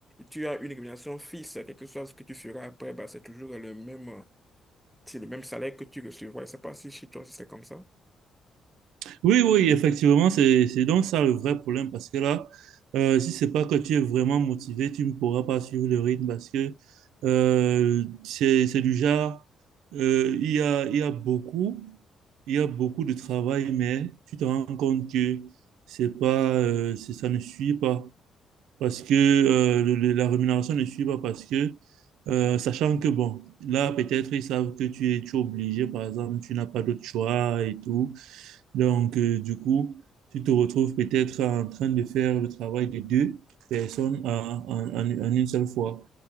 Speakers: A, in the centre; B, on the right.
A: tu as une rémunération fixe, quelque chose que tu feras après, bah, c'est toujours le même, c'est le même salaire que tu recevras. Je ne sais pas si chez toi, si c'est comme ça.
B: Oui, oui, effectivement, c'est, c'est donc ça le vrai problème parce que là, euh, si c'est pas que tu es vraiment motivé, tu ne pourras pas suivre le rythme parce que euh, c'est, c'est du genre, euh, il y a, il y a beaucoup, il y a beaucoup de travail, mais tu te rends compte que c'est pas, euh, c'est- ça ne suit pas parce que euh, le- le- la rémunération ne suit pas parce que euh, sachant que bon, là peut-être ils savent que tu es, tu es obligé, par exemple, tu n'as pas d'autre choix et tout. Donc, euh, du coup, tu te retrouves peut-être en train de faire le travail de deux personnes en, en- en- en une seule fois.